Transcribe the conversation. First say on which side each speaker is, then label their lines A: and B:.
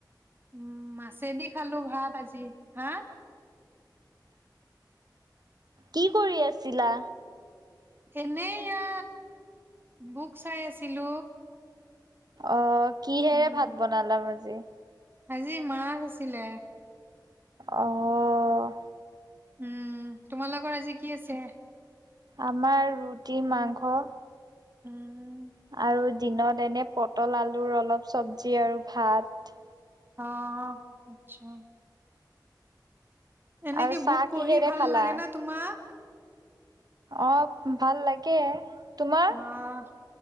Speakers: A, on the right; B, on the right.
A: উম মাছেদি খালো ভাত আজি, হা?
B: কি কৰি আছিলা?
A: এনে এইয়া বুক চাই আছিলো।
B: অ, কিহেৰে
A: উম,
B: ভাত বনালা আজি?
A: আজি মাছ আছিলে।
B: অ,
A: উম, তোমালোকৰ আজি কি আছে?
B: আমাৰ ৰুটি মাংস।
A: উম,
B: আৰু দিনত এনে পটল আলুৰ অলপ চব্জি আৰু ভাত।
A: অ', আচ্ছা। এনেকে
B: আৰু চাহ
A: বুক পঢ়ি
B: কিহেৰে
A: ভাল
B: খালা?
A: লাগে না তোমাক?
B: অ ভাল লাগে, তোমাৰ?
A: অ,